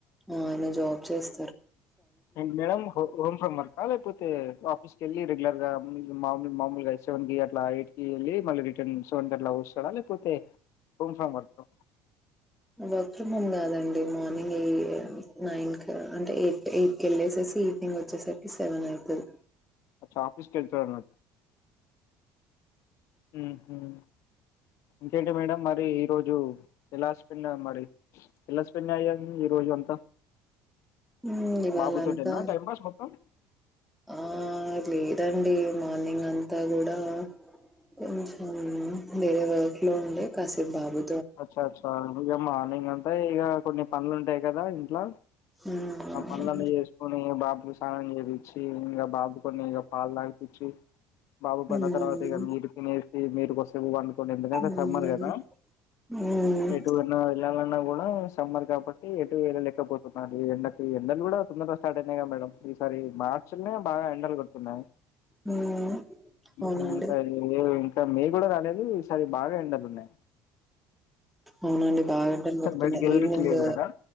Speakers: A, in the centre; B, on the left.
A: ఆయన జాబ్ చేస్
B: అండ్ మేడం హో హోమ్ ఫ్రమ్ వర్క్ లేకపోతే ఆఫీస్ కెళ్ళి రెగ్యులర్గా ఉమ్ మా మామూలుగా సెవెన్ కి అట్లా ఎయిట్ కి వెళ్ళి మళ్ళి రిటర్న్ సెవెన్ కి అట్లా వస్తడా లేకపోతే హోమ్ ఫ్రమ్ వర్క్
A: బక మగాదా <inaudible> అండి మార్నింగ్ ఏ నైన్ క అంటే ఎయిట్ ఎయిట్ కెళ్ళేసేసి ఈవినింగ్ వచ్చేసరికి సెవెన్ ఐతది
B: అచ్చా ఆఫిసుకెళ్తాను ఊహుమ్ ఇంకేంటి మేడం మరి ఈరోజు ఎలా స్పెండ్ మరి ఎలా స్పెండ్ అయ్యాం ఈరోజు అంతా
A: ఊమ్ ఇవాళ్ళ
B: బాబుతోటేనా
A: అంతా
B: టైం పాస్ మొత్తం
A: ఆ లేదండి మార్నింగ్ అంతా గూడా కొంచెం వేరే వర్క్ లో ఉండే కాసేపు బాబు
B: అచ్చ అచ్చా ఇగ మార్నింగ్ అంతా ఇగ కొన్ని పనులుంటాయి కదా ఇంట్లో
A: హ్మ్.
B: ఆ పనులన్ని జేసుకొని బాబుకు స్నానం జేపి ఇచ్చి ఇంకా బాబు కొని ఇగ పాలు తాగిపిచ్చి బాబు
A: హ్మ్.
B: పడిన తర్వాత ఇగ మీరు తినే ఇగ మీరు కోసేపు పండు ఎందుకంటే
A: హ్మ్.
B: సమ్మర్ కదా
A: హ్మ్.
B: ఎటు పోయినా వెళ్ళా ఏళ్లిన కూడా సమ్మర్ కాబట్టి ఎటు ఎలలేకపోతున్నారు ఈ ఎండకు ఎండలు కూడా తొందరగా స్టార్ట్ అయినాయి గా మేడం ఈసారి మార్చి ర్చల్ నో బాగా ఎండల్ తున్నాయి
A: హ్మ్. అవునండి
B: ఊమ్ ఇంకా ఏవేవో క మే గుడ కాలేదు ఈ సారి బాగా ఎండలున్నయ్
A: అవునండి బాగెండాల్ గొడుతున్నాయ్
B: బయటికి వెళ్ళటట్టు
A: ఈవినింగ్
B: లేదు కదా